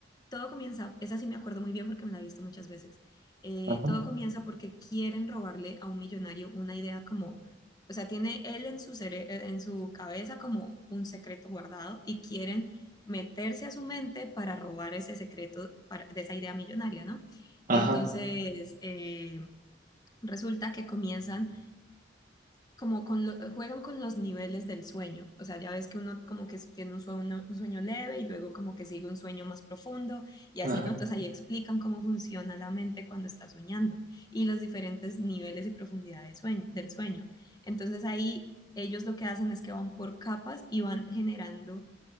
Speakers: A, on the left (about 20°); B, on the right (about 45°).
A: todo comienza, esa sí me acuerdo muy bien porque me la he visto muchas veces. Eh,
B: Ajá,
A: todo comienza porque quieren robarle a un millonario una idea como, o sea, tiene él en su cere- eh, en su cabeza como un secreto guardado y quieren meterse a su mente para robar ese secreto para- de esa idea millonaria, ¿no?
B: ajá,
A: Entonces, eh, resulta que comienzan como con lo- juegan con los niveles del sueño. O sea, ya ves que uno como que tiene un sueño, un sueño leve y luego como que sigue un sueño más profundo y así,
B: ajá.
A: ¿no? Entonces ahí explican cómo funciona la mente cuando está soñando y los diferentes niveles y profundidades de sueño- del sueño. Entonces ahí ellos lo que hacen es que van por capas y van generando